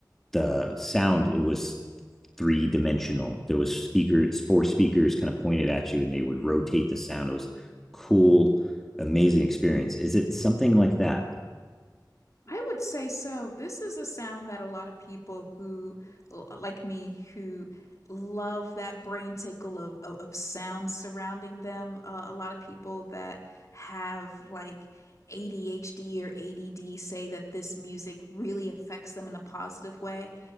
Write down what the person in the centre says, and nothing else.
the sound it was three dimensional. There was speakers, four speakers, kind of pointed at you, and they would rotate the sound. It was cool, amazing experience. Is it something like that?